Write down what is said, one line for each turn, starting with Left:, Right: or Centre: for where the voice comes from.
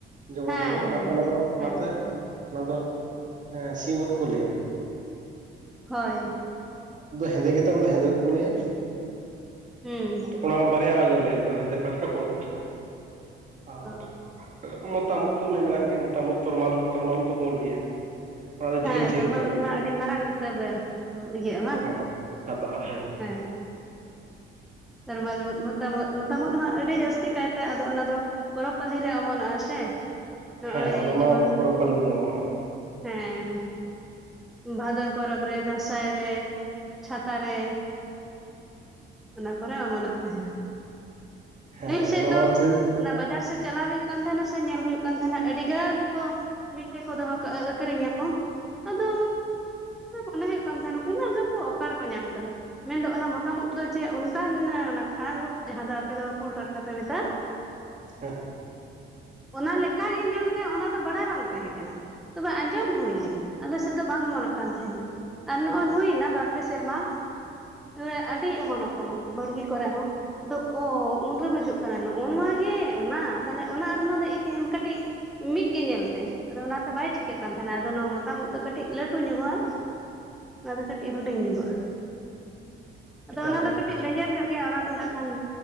Right: ᱡᱚᱜᱸᱚ
Centre: ᱦᱮᱸ
Right: ᱡᱚᱜᱸᱚ ᱚᱱᱟᱛᱮ
Centre: ᱦᱮᱸ
Right: ᱚᱱᱟ ᱫᱚ
Centre: ᱦᱮᱸ
Right: ᱚᱱᱟᱛᱮ ᱚᱱᱟ ᱫᱚ ᱥᱤᱢ ᱩᱫ ᱠᱚ ᱞᱟᱹᱭᱟ
Centre: ᱦᱳᱭ
Right: ᱦᱮᱸᱫᱮ ᱜᱮᱛᱮ ᱚᱱᱟ ᱫᱚ ᱦᱮᱸᱫᱮ ᱩᱫ ᱠᱚ ᱞᱟᱹᱭᱟ
Centre: ᱦᱩᱸ
Right: ᱚᱱᱟ ᱵᱟᱨᱭᱟ ᱜᱮᱞᱮ ᱞᱮᱭᱟ ᱟᱞᱮ ᱫᱚ ᱦᱮᱸᱫᱮ ᱯᱟᱴᱠᱟ ᱯᱩᱲ ᱯᱟᱴᱠᱟ ᱟᱨ
Centre: ᱚ
Right: ᱢᱚᱛᱟᱢ ᱩᱫ ᱫᱚᱢᱮ ᱢᱮᱱᱟᱜ ᱜᱮᱭᱟ ᱢᱚᱛᱟᱢ ᱩᱫ ᱛᱚᱨᱢᱟᱞ ᱩᱫ ᱛᱚᱨᱢᱟᱞ ᱩᱫ ᱫᱚ ᱯᱩᱬ ᱜᱮᱭᱟ ᱚᱱᱟ ᱫᱚ
Centre: ᱦᱮᱸ
Right: ᱡᱷᱟᱹᱞ ᱡᱷᱟᱹᱞ
Centre: ᱛᱚᱨᱢᱟᱞ
Right: ᱜᱮ ᱢᱟᱱᱮ
Centre: ᱩᱫ
Right: ᱤᱭᱟᱹᱜᱼᱟ
Centre: ᱢᱟ ᱟᱹᱰᱤ ᱢᱟᱨᱟᱝ ᱩᱛᱟᱹᱨ ᱤᱭᱟᱹᱜᱼᱟ ᱵᱟᱝ
Right: ᱦᱮᱸ ᱥᱟᱛᱟᱜᱼᱟ
Centre: ᱦᱮᱸ ᱛᱚᱨᱢᱟᱞ ᱩᱫ ᱢᱚᱛᱟᱢ ᱩᱫ ᱢᱚᱛᱟᱢ ᱩᱫ ᱦᱚᱸ ᱟᱹᱰᱤ ᱡᱟᱹᱥᱛᱤ ᱠᱟᱭᱛᱮ ᱟᱫᱚ ᱚᱱᱟᱫᱚ ᱯᱚᱨᱚᱵᱽ ᱯᱟᱹᱞᱤ ᱨᱮ ᱚᱢᱚᱱᱚᱜᱼᱟ ᱥᱮ ᱱᱚᱜᱼᱚᱭ
Right: ᱦᱮᱸ ᱚᱱᱟ
Centre: ᱡᱮᱢᱚᱱ
Right: ᱢᱟ ᱯᱚᱨᱚᱵᱽ ᱯᱟᱹᱞᱤ ᱨᱮ ᱚᱢᱚᱱᱚᱜᱼᱟ
Centre: ᱦᱮᱸ ᱵᱷᱟᱫᱚᱨ ᱯᱚᱨᱚᱵᱽ ᱨᱮ ᱫᱟᱸᱥᱟᱭ ᱨᱮ ᱪᱷᱟᱛᱟ ᱨᱮ ᱚᱱᱟ ᱠᱚᱨᱮ ᱚᱢᱚᱱᱚᱜ ᱛᱟᱦᱮᱱᱟ
Right: ᱦᱮᱸ
Centre: ᱯᱟᱹᱦᱤᱞ ᱥᱮᱫ
Right: ᱚᱱᱟ
Centre: ᱫᱚ
Right: ᱢᱟ ᱟᱹᱛᱷᱟᱹᱲᱤ
Centre: ᱚᱱᱟ ᱵᱟᱡᱟᱨ ᱥᱮᱫ ᱪᱟᱞᱟᱣ ᱦᱩᱭᱩᱜ ᱠᱟᱱ ᱛᱟᱦᱮᱱᱟ ᱥᱮ ᱧᱮᱞ ᱦᱩᱭᱩᱜ ᱠᱟᱱ ᱛᱟᱦᱮᱱᱟ ᱟᱹᱰᱤ ᱜᱟᱱ ᱠᱚ ᱢᱤᱫᱴᱷᱮᱱ ᱠᱚ ᱫᱚᱦᱚ ᱠᱟᱜᱼᱟ ᱟᱠᱷᱨᱤᱧ ᱟᱠᱚ ᱟᱫᱚ ᱢᱚᱱᱮ ᱦᱩᱭᱩᱜ ᱠᱟᱱ ᱛᱟᱦᱮᱱᱟ ᱩᱱᱟᱹᱜ ᱜᱟᱱ ᱫᱚ ᱚᱠᱟ ᱨᱮᱠᱚ ᱧᱟᱢ ᱟᱠᱟᱫᱟ ᱢᱮᱱᱫᱚ ᱚᱱᱟ ᱢᱚᱛᱟᱢ ᱩᱫ ᱫᱚ ᱡᱮ ᱚᱱᱠᱟᱱ ᱠᱷᱟᱲᱟᱝ ᱩᱫ ᱡᱟᱦᱟᱸ ᱫᱚ ᱟᱯᱮ ᱫᱚ ᱯᱩᱲ ᱯᱷᱴᱠᱟ ᱯᱮ ᱢᱮᱛᱟᱜᱼᱟ <inaudible>
Right: ᱦᱮᱸ
Centre: <inaudible> ᱚᱱᱟ ᱞᱮᱠᱟ ᱜᱮ ᱧᱮᱞᱛᱮ ᱚᱱᱟ ᱫᱚ ᱵᱟᱲᱟᱭ ᱵᱟᱝ ᱛᱟᱦᱮᱸ ᱠᱟᱱᱟ ᱛᱚᱵᱮ ᱟᱸᱡᱚᱢ ᱦᱩᱭ ᱞᱮᱱᱟ ᱟᱞᱮ ᱥᱮᱫ ᱫᱚ ᱵᱟᱝ ᱚᱢᱚᱱᱚᱜ ᱠᱟᱱ ᱛᱟᱦᱮᱱᱟ ᱟᱨ ᱱᱚᱜᱚᱭ ᱦᱩᱭ ᱮᱱᱟ ᱵᱟᱨ ᱯᱮ ᱥᱮᱨᱢᱟ ᱛᱚᱵᱮ ᱟᱹᱰᱤ ᱚᱢᱚᱱᱚᱜ ᱠᱟᱱᱟ ᱵᱟᱲᱜᱤ ᱠᱚᱨᱮ ᱦᱚᱸ ᱟᱫᱚ ᱚ ᱩᱱᱨᱮ ᱵᱩᱡᱩᱜ ᱠᱟᱱᱟ ᱱᱚᱜᱼᱚ ᱱᱚᱣᱟ ᱜᱮ ᱚᱱᱟ ᱛᱟᱦᱞᱮ ᱚᱱᱟ ᱟᱨ ᱱᱚᱣᱟ ᱫᱚ ᱮᱠᱷᱟᱱ ᱠᱟᱹᱴᱤᱡ ᱢᱤᱫ ᱜᱮ ᱧᱮᱞᱛᱮ ᱟᱫᱚ ᱚᱱᱟᱛᱮ ᱵᱟᱭ ᱴᱷᱤᱠᱟᱹᱜ ᱠᱟᱱ ᱛᱟᱦᱮᱱᱟ ᱟᱫᱚ ᱱᱚᱣᱟ ᱢᱚᱛ ᱛᱟᱢ ᱩᱫ ᱫᱚ ᱠᱟᱹᱴᱤᱡ ᱞᱟᱹᱴᱩ ᱧᱚᱜᱚᱜᱼᱟ ᱚᱱᱟᱫᱚ ᱠᱟᱹᱴᱤᱡ ᱦᱩᱰᱤᱧ ᱧᱚᱜᱚᱜᱼᱟ ᱟᱫᱚ
Right: ᱮᱠᱟᱞ
Centre: ᱚᱱᱟ
Right: ᱜᱮ
Centre: ᱫᱚ
Right: ᱮᱠᱟᱞ
Centre: ᱠᱟᱹᱴᱤᱡ ᱞᱮᱸᱡᱮᱨ ᱧᱚᱜ ᱜᱮᱭᱟ ᱚᱱᱟ ᱫᱚ ᱱᱟᱜ ᱠᱷᱟᱱ